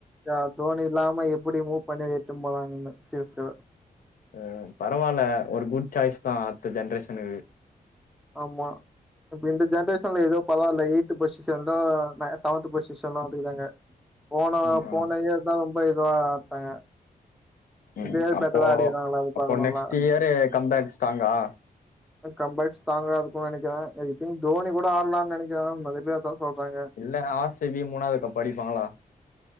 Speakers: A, in the centre; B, on the left.
A: யா தோணி இல்லாம எப்டி மூவ் பண்ணி எதாதுன் போலானுன்னே சி எஸ் கேவ
B: அ பரவால்ல ஒரு குட் ச்சாய்ஸ்தா அத்த ஜென்ரேஷ்ஷனுக்கு
A: ஆமா இப்ப இந்த ஜென்ரேஷன்ல ஏதோ பரவால்ல எய்த் பஷ்ஷு சென்றோ நா ஏ சவன்த் பொஷிஷன்லா வந்துகுக்காங்க போன
B: ம்
A: போன இயர் தா ரொம்ப இதுவா ஆட்டாங்க
B: ம்
A: இந்த இயர்
B: அப்போ
A: பெட்டரா ஆடிறாங்களா அது
B: அப்போ
A: பாக்கணும்ல
B: நெக்ஸ்ட் இயரு கம்பேக் ஸ்டாங்கா
A: அ கம் பேக் ஸ்டாங்க இருக்கு நெனைக்கிறே எதுக்குன் தோனி கூட ஆட்லான் நெனைக்கிறே நறை பே அதா சொல்றாங்க
B: இல்ல ஆர் சி பீ முணாவ்து கப் அடிப்பாங்களா